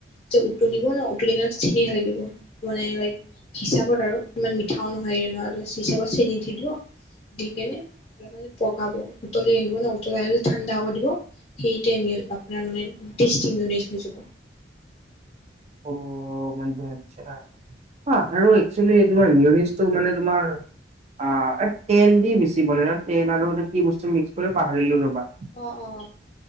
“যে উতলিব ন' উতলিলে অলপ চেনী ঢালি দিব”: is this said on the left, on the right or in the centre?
Left